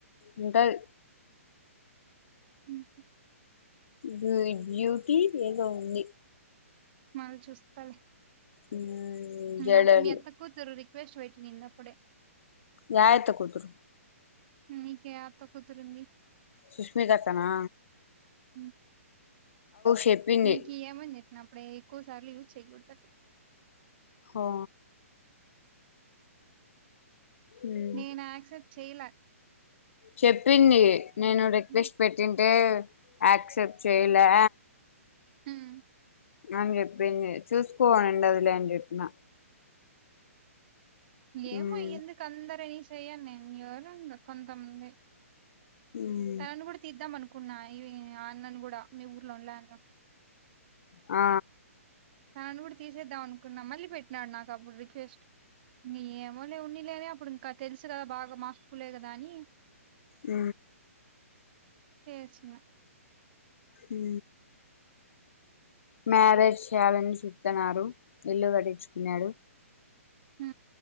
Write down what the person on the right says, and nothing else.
హ్మ్.
మల చూస్తలే
ఇందాక
మీ యత్త కూతురు రిక్ రిక్వెస్ట్ పెట్టినింది అప్పుడే
నీకు ఏ అత్త కూతురుంది
అమ్
మీకు ఏమని చెప్పిన అప్పుడే ఎక్కువ సార్లు యూస్ చేయకూడదని
నేను యాక్సెప్ట్ చెయలా
హ్మ్.
ము
ఏమో
ఎందుకు అందరని చెయ్యను నేను ఎవరుండరు కొంతమంది
తనని కూడా తీద్దాం అనుకు కున్నా ఈ అన్నను కూడా మీ ఊర్లో వుండ్లా ఆ అన్న
తనని కూడా తీసేద్దాం అనుకున్నాం మళ్ళీ పెట్టినాడు నాకు అప్పుడు రిక్వెస్ట్. ఏమోలే వున్నిలేనే అప్పుడు ఇంకా తెలుసు కదా బాగా మా స్కూలే కదా అని.
యేసినా
ఉ